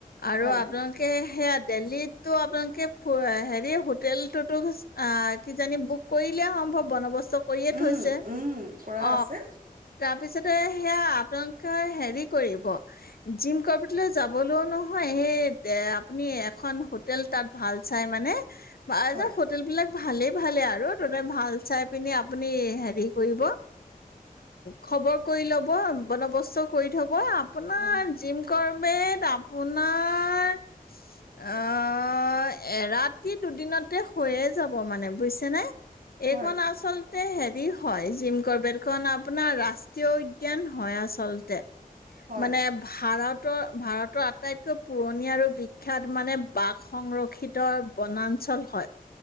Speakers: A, on the left (about 75°); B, on the right (about 65°).
A: আৰু
B: হয়
A: আপোনালোকে সেয়া দেলহিতটো আপোনালোকে হেৰি হোটেল টোতো অ কিজানি বুক কৰিলে সম্ভৱ বন্দবস্ত বন্দবস্ত টো কৰিয়ে থৈছে
B: উম উম কৰা
A: অ
B: আছে
A: তাৰপিছতে সেয়া আপোনালোকে হেৰি কৰিব জিম কৰপেটলৈ যাবলৈ ও নহয় সেই এ আপুনি এখন হোটেল তাত ভাল চাই মানে বা এটা
B: হয়
A: হোটেল বিলাক ভালেই ভালে আৰু ততে ভাল চাই পিনি আপুনি হে কৰিব অ খবৰ কৰি লব বন্দবস্ত কৰি থব মই আপোনাৰ
B: উম
A: জিম কৰ ব আপোনাৰ আহ এৰাতি দুদিনতে হৈয়ে যাব মানে বুয়িছে নে
B: হয়
A: এইখন আচল ই হয় জিম কৰবেট খন আপোনাৰ ৰাষ্ট্ৰীয় উদ্যান হয় আচলতে
B: হয়
A: মানে ভাৰতৰ ভাৰতৰ আটাইতকৈ কৈ পুৰণি আৰু বিখ্যাত মানে বাঘ সংৰক্ষিত বনাঞ্চল হয়